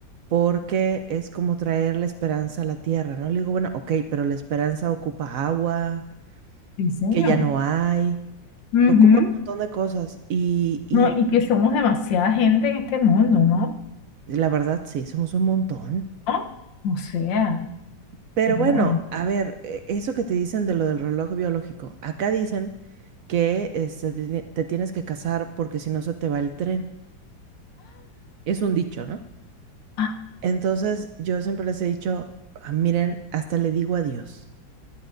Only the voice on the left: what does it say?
Sí, señor.
Ujú.
No, y que somos demasiada gente en este mundo, ¿no?
¿No? O sea,
no.
de-
¡Ah!